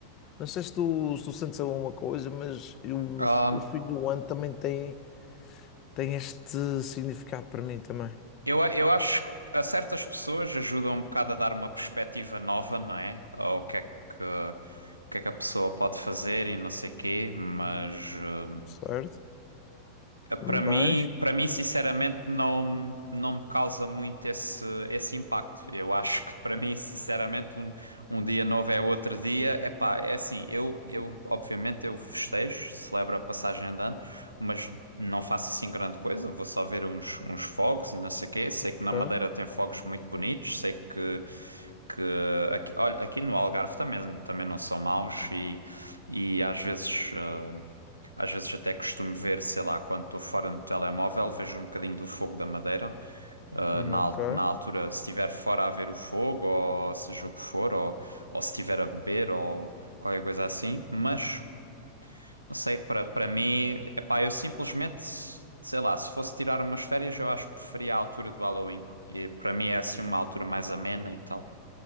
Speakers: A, on the left (about 35°); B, on the right (about 80°).
A: Não sei se tu, se tu sentes alguma coisa, mas eu-
B: Ahm,
A: o fim do ano também tem, tem este significado para mim também,
B: eu, eu acho que a certas pessoas ajuda um bocado a dar uma perspectiva nova, não é? Ao que é que, o que é que a pessoa pode fazer e não sei quê, mas ahm,
A: certo? Mas,
B: para mim, para mim, sinceramente, não, me- não me causa muito esse, esse impacto. Eu acho que para <laughs> mim, sinceramente, um, um dia novo é outro dia. Epá, é assim, eu, eu obviamente eu festejo, celebro a passagem de ano. mas não faço assim grande coisa. Vou só ver uns, uns fogos e não sei o quê. Sei
A: ok,
B: que na Madeira tem fogos muito bonitos. Sei que, que aqui, olha, aqui no Algarve também, também não são maus e, e às vezes. ah, às vezes até costumo ver, sei lá, quando estou fora no telemóvel, vejo um bocadinho do fogo da Madeira. Uh,
A: ok,
B: na, al- na altura, se estiver fora a ver o fogo, ou seja o que for, ou, ou se estiver a beber, ou qualquer coisa assim. Mas não sei, para, para mim, epá, eu simplesmente, sei lá, se fosse tirar umas férias, eu acho que preferia a altura do Halloween. E para mim é assim uma altura mais amena e tal.